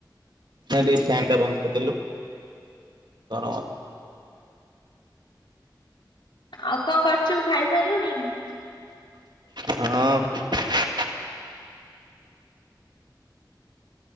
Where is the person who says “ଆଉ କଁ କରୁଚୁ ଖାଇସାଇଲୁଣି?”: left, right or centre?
Left